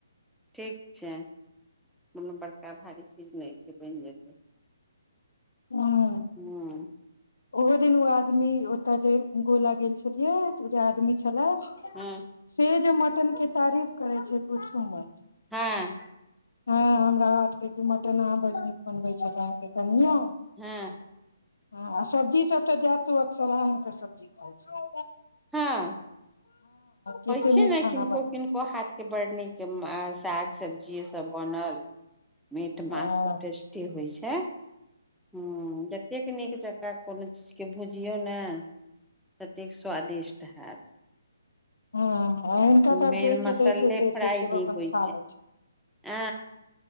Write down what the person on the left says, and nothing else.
हँ
ओहो तिन उ आदमी तऽ जे गोला गेल छलियै उ जे आदमी छला
से जे मटन के तारीफ करै छै पूछु नय
ह हमरा हाथ के कि मटन आ बड नीक बनबे छैथ कि अहाँके कनिया
हँ आ सब्जी सब तऽ जातो अक्सराह हिनकर सब्जी खाइ छ
कते
नीक
खाना
बनबै
छै
हँ
हँ हँ हुनका तऽ आब
जे
चीज दै छियै से
चीज
अपन
खा लै छै